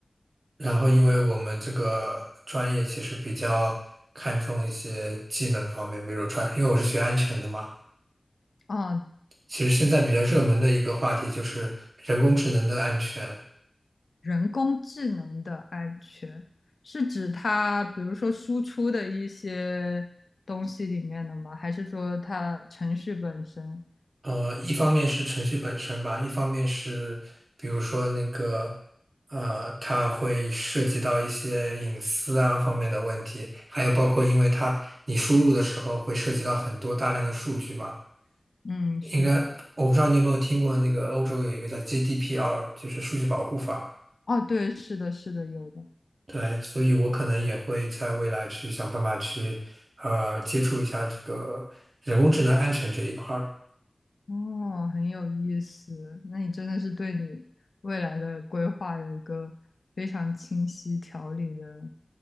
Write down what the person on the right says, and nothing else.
然后因为我们这个专业其实比较看重一些技能方面，比如传，因为我是学安全的嘛，
其实现在比较热门的一个话题就是人工智能的安全。
呃，一方面是程序本身吧，一方面是比如说那个，呃，它会涉及到一些隐私啊方面的问题，还有包括因为它你输入的时候会涉及到很多大量的数据嘛。
应该我不知道你有没有听过那个欧洲有一个叫
GDPR，就是数据保护法。
对，所以我可能也会在未来去想办法去，呃，接触一下这个人工智能安全这一块儿。